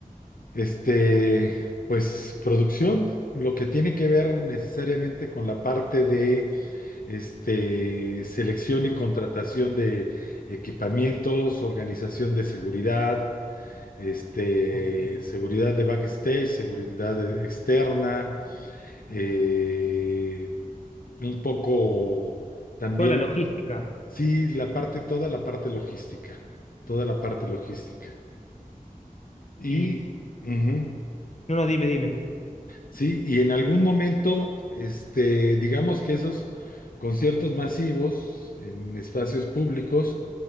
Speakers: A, on the left (about 70°); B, on the left (about 50°).
A: Este, pues producción, lo que tiene que ver necesariamente con la parte de este, selección y contratación de equipamientos, organización de seguridad, este,
B: Ok.
A: seguridad de backstage, seguridad eh, externa, eh, un poco también,
B: Toda la logística.
A: sí, la parte, toda la parte logística, toda la parte logística. Y,
B: Y
A: ujú,
B: no, no, dime, dime.
A: sí, y en algún momento, este, digamos que esos conciertos masivos en espacios públicos,